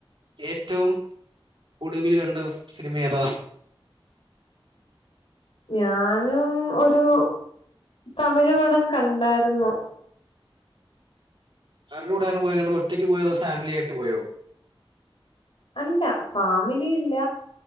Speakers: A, on the right; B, on the left.
A: ഏറ്റവും ഒടുവിൽ കണ്ട സിനിമ ഏതാ?
B: ഞാനും ഒരു തമിഴ് പടം കണ്ടായിരുന്നു.
A: ആരുടെ കൂടെയാണ് പോയികണ് ഒറ്റയ്ക്ക് പോയോ അതോ ഫാമിലി ആയിട്ട് പോയോ?
B: അല്ല ഫാമിലിയില്ല